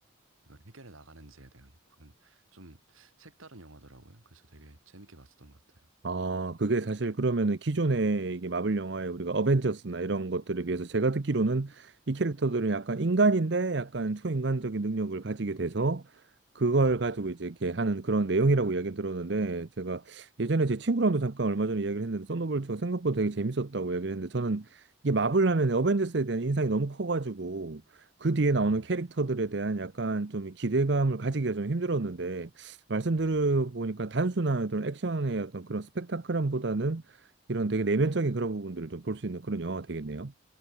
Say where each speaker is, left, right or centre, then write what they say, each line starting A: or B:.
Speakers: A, on the right; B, on the right.
A: 이걸 해결해 나가는지에 대한 그런 좀 색다른 영화더라고요. 그래서 되게 재밌게 봤었던 것 같아요.
B: 아, 그게 사실 그러면은 기존에 이게 마블 영화에 우리가 어벤져스나 이런 것들에 비해서 제가 듣기로는 이 캐릭터들은 약간 인간인데 약간 초인간적인 능력을 가지게 돼서 그걸
A: 맞아요, 맞아요.
B: 가지고 이제 이렇게 하는 그런 내용이라고 이야기 들었는데 제가 예전에 제 친구랑도 잠깐 얼마 전에 이야기를 했는데 썬더볼트가 생각보다 되게 재밌었다고 이야기를 했는데 저는 이게 마블 하면 어벤져스에 대한 인상이 너무 커가지고 그 뒤에 나오는
A: 음,
B: 캐릭터들에 대한 약간 좀 기대감을 가지기가 좀 힘들었는데 말씀
A: 맞아요,
B: 들어보니까
A: 맞아요.
B: 단순한 어떤 액션의 어떤 그런 스펙타클함보다는 이런 되게 내면적인 그런 부분들을 좀 볼 수 있는 그런 영화가 되겠네요.